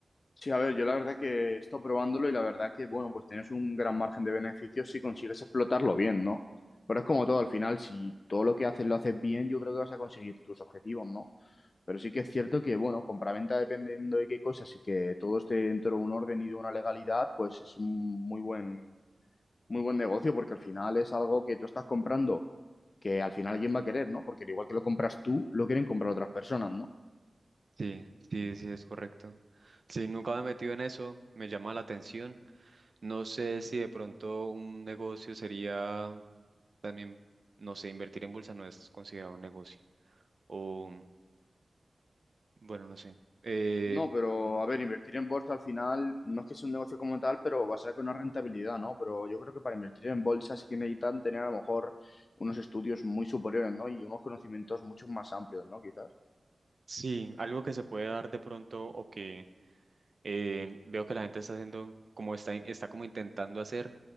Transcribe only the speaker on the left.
Sí, a ver, yo la verdad que he estado probándolo y la verdad que, bueno, pues tienes un gran margen de beneficios si consigues explotarlo bien, ¿no? Pero es como todo, al final, si todo lo que haces lo haces bien, yo creo que vas a conseguir tus objetivos, ¿no? Pero sí que es cierto que, bueno, compraventa dependiendo de qué cosas y que todo esté dentro de un orden y de una legalidad, pues es un muy buen, muy buen negocio porque al final es algo que tú estás comprando que al final quién va a querer, ¿no? Porque al igual que lo compras tú, lo quieren comprar otras personas, ¿no?
No, pero a ver, invertir en bolsa al final no es que sea un negocio como tal, pero va a ser con una rentabilidad, ¿no? Pero yo creo que para invertir en bolsa sí que necesitan tener a lo mejor unos estudios muy superiores, ¿no? Y unos conocimientos mucho más amplios, ¿no? Quizás.